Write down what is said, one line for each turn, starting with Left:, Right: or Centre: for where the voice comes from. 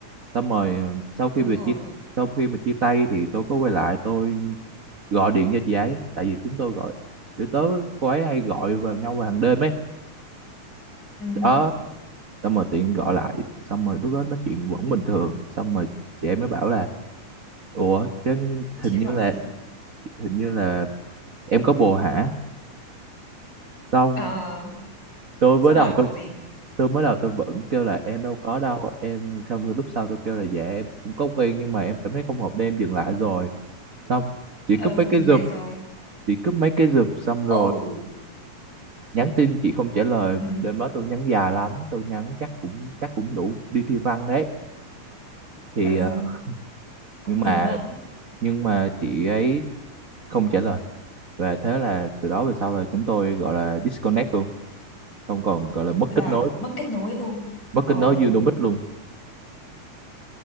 Right: xong rồi ờ, sau khi
Left: đúng
Right: mà
Left: rồi.
Right: chia sau khi mà chia tay thì tôi có quay lại tôi gọi điện cho chị ấy tại vì chúng tôi gọi kiểu tớ với cô ấy hay gọi vào nhau vào hàng đêm ấy
Left: Ừ,
Right: đó
Left: hứ.
Right: xong rồi tiện gọi lại xong rồi lúc đó nói chuyện vẫn bình thường xong rồi chị ấy mới bảo là ủa chứ hình
Left: Chị ấy
Right: như
Left: bảo
Right: là
Left: gì?
Right: hình như là em có bồ hả xong
Left: Ờ,
Right: tôi
Left: xong
Right: mới đầu
Left: bạn bảo
Right: tôi
Left: gì?
Right: tôi mới đầu tôi vẫn kêu là em đâu có đâu em xong rồi lúc sau tôi kêu là dạ em cũng có quen nhưng mà em cảm thấy không hợp nên em dừng lại rồi xong chị cúp
Left: Ừ,
Right: mấy cái
Left: dừng
Right: giùm
Left: lại rồi.
Right: chị cúp mấy cái giùm xong rồi
Left: Ồ,
Right: nhắn tin chị không trả lời
Left: ừ,
Right: đêm đó tôi nhắn dài lắm tôi nhắn chắc cũng chắc cũng đủ đi thi văn đấy thì
Left: ừ,
Right: ờ,
Left: cũng
Right: nhưng
Left: mùi
Right: mà
Left: mẫn
Right: nhưng mà chị ấy không trả lời và thế là từ đó về sau là chúng tôi gọi là disconnect luôn không còn gọi là mất
Left: là
Right: kết nối
Left: mất kết nối luôn.
Right: mất
Left: Ồ,
Right: kết nối Unimix luôn